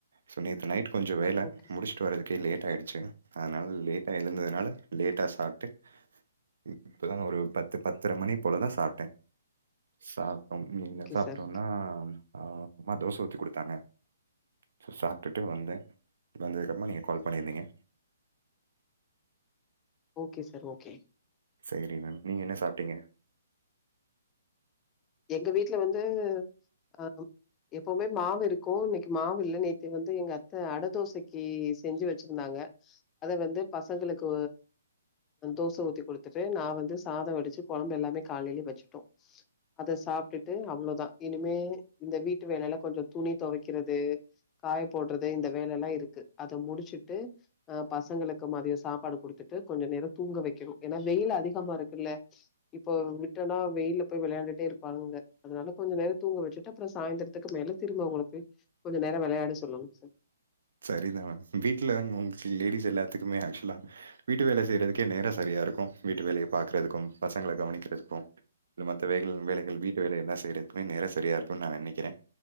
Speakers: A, on the right; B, on the left.
A: சோ நேத்து நைட் கொஞ்சோ வேல
B: ஓகே சார்.
A: முடிச்சுட்டு வரதுக்கே லேட் ஆயிடுச்சு. அதனால லேட்டா எழுந்ததுனால லேட்டா சாப்ட்டு இ இப்பதா ஒரு பத்து பத்தர மணி போலதா சாப்ட்டே சா <unintelligible>
B: ஓகே சார்.
A: ட்டோனா
B: ஓகே.
A: ஆ அம்மா தோச ஊத்தி குடுத்தாங்க. சோ சாப்ட்டுட்டு வந்தே. வந்ததுக்கப்பறமா நீங்க கால் பண்ணியிருந்தீங்க.
B: Okay sir okay.
A: சேரி மேம் நீங்க என்ன சாப்ட்டீங்க?
B: எங்க வீட்ல வந்து ஆ எப்பவுமே மாவு இருக்கு இன்னக்கி மாவு இல்ல. நேத்து வந்து எங்க அத்த அட தோசைக்கி செஞ்சு வச்சிருந்தாங்க. அத வந்து பசங்களுக்கு தோச ஊத்தி குடுத்துட்டு நா வந்து சாதோ வடிச்சு கொழம்பு எல்லாமே காலையிலயே வச்சுட்டோ. அத சாப்ட்டுட்டு அவ்ளோதா இனிமே இந்த வீட்டு வேலைல்லா கொஞ்சோ துணி தொவைக்கிறது காயப் போடுறது இந்த வேலைல்லா இருக்கு. அத முடிச்சுட்டு அ பசங்களுக்கு மதியோ சாப்பாடு குடுத்துட்டு கொஞ்ச நேரோ தூங்க வைக்கணு. ஏன்னா வெயில் அதிகமா இருக்குல்ல இப்போ விட்டோன்னா வெயில்ல போய் வெளையாண்டுட் டு இருப்பாங்க. அதனால கொஞ்ச நேர தூங்க வச்சுட்டு அப்றோ சாய்ந்திரத்துக்கு மேல திரும்ப அவங்கள போய் கொஞ்ச நேரோ வெளையாட சொல்லணுங் சார்.
A: சரிதா மேம் வீட்ல அங்க உங் ளுக்கு லேடிஸ் எல்லாத்துக்குமே ஆக்சுவலா வீட்டு வேல செய் யறதுக்கே நேரோ சரியா இருக்கு. வீட்டு வேலைய பாக்கறதுக்கும் பசங்கள கவனிக்கிறதுக்கு இல்ல மத்த வேகள் வேலைகள் வீட்டு வேலைல்லா செய்றதுக்கே நேரோ சரியா இருக்குன்னு நா நெனைக்கிறே